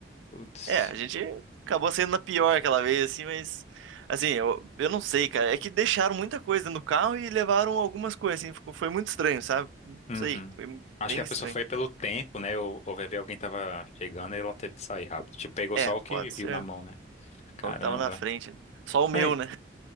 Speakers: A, on the left (about 35°); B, on the right (about 75°).
A: Putz.
B: É, a gente acabou sendo na pior aquela vez, assim, mas. Assim, eu, eu não sei, cara. É que deixaram muita coisa no carro e levaram algumas coisas, assim. Ficou, foi muito estranho, sabe? Não
A: Uhum.
B: sei, foi
A: Acho
B: bem
A: que a
B: estranho.
A: pessoa foi pelo tempo, né? Ou, ou vai ver alguém tava chegando e ela teve que sair rápido. Tipo, pegou
B: É,
A: só o que
B: pode
A: viu
B: ser.
A: na mão, né? Caramba.
B: Só o que tava na frente. né? Só o meu,
A: Ai,
B: né?